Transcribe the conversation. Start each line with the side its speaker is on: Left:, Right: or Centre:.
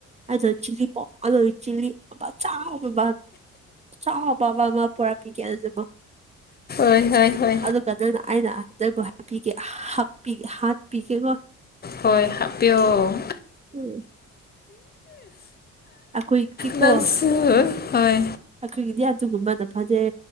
Right: ꯑꯩ ꯆꯤ ꯄꯗꯣ ꯆꯤ ꯆꯕ ꯆ ꯍꯕꯕꯥ ꯃꯥ ꯄꯨꯔꯥ ꯄꯤ ꯀꯦꯖꯕ
Left: ꯍꯣꯏ ꯍꯣꯏ ꯍꯣꯏ
Right: ꯑꯗꯨꯒ ꯑꯗꯨꯅ ꯑꯩꯅ ꯑꯇꯕꯨ ꯍꯥꯏꯄꯤꯒꯦꯄꯤꯒꯦ ꯍꯥꯠꯄꯤꯒꯦꯀꯣ
Left: ꯍꯣꯏ ꯍꯥꯞꯄꯤꯌꯣ
Right: ꯎꯝ ꯑꯩꯈꯣꯏꯒꯤꯗꯤꯀꯣ
Left: ꯂꯁꯨ ꯍꯣꯏ
Right: ꯑꯩꯈꯣꯏꯒꯤꯗꯤ ꯑꯗꯨꯒꯨꯝꯕꯗ ꯐꯖꯩ